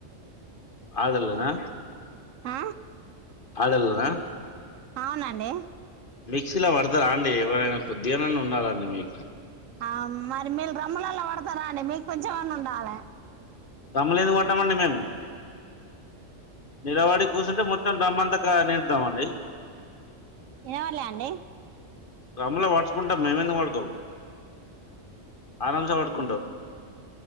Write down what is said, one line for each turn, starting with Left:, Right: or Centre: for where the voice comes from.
Left: ఆడలనా
Right: ఆ
Left: ఆడల్నా
Right: అవునండి
Left: మిక్సీలో పడతారా అండి ఎవరైనా కొద్దిగనైన ఉండాలండి మీకు
Right: ఆ మరి మీరు రమ్ములలో పడతార అండి మీకు కొంచెమన్న ఉండాలి
Left: రామ్మూలెట్ల కొట్టమండి మేము నిలబడి కూర్చుంటే మొత్తం డ్రంబంతా నిండుతామండి
Right: ఇనబల్లే అండి
Left: రములా వాడుచుకుంటాం మేము ఎందుకు పడుకొమ్ ఆరాంస పడుకుంటం